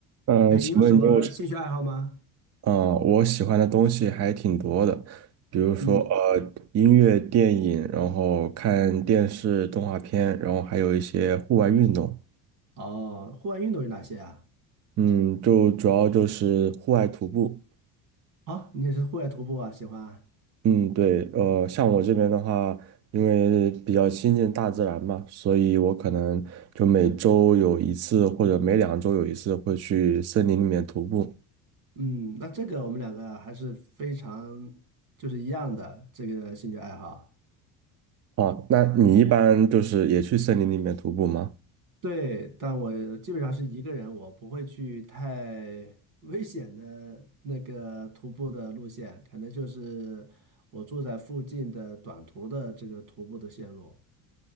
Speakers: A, on the right; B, on the right.
A: 嗯，
B: 哎，
A: 呃请问你有什？
B: 你有什么兴趣爱好吗？
A: 嗯，我喜欢的东西还挺多的，比如说呃，
B: 嗯，
A: 音乐、电影，然后看电视、动画片，然后还有一些户外运动。
B: 哦，户外运动有哪些啊？
A: 嗯，就主要就是户外徒步。
B: 好，你也是户外徒步啊，喜欢啊
A: 嗯，对，呃，像我这边的话，因为比较亲近大自然嘛，所以我可能就每周有一次或者每两周有一次会去森林里面徒步。
B: 嗯，那这个我们两个还是非常就是一样的这个兴趣爱好。
A: 哦，那你一般就是也去森林里面徒步吗？
B: 对，但我基本上是一个人，我不会去太危险的那个徒步的路线，可能就是我住在附近的短途的这个徒步的线路。